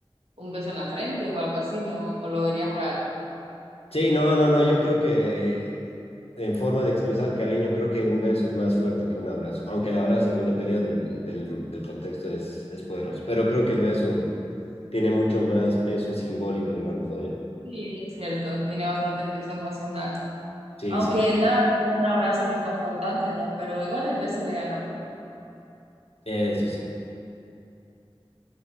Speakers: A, on the right; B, on the left.
A: un beso en la frente o algo así, ¿no? O lo verías raro.
B: Sí, no, no, no. Yo creo que en forma de expresar cariño, creo que un beso es más fuerte que un abrazo. Aunque el abrazo, igual dependiendo del, del, del contexto, es, es poderoso. Pero creo que el beso tiene mucho más peso simbólico, digamos, ¿no? Eh,
A: Sí, es cierto, tiene bastante peso emocional.
B: Sí,
A: Aunque
B: sí.
A: nada, como un abrazo reconfortante, ¿no? Pero igual el beso le gana por poco.
B: Eso sí.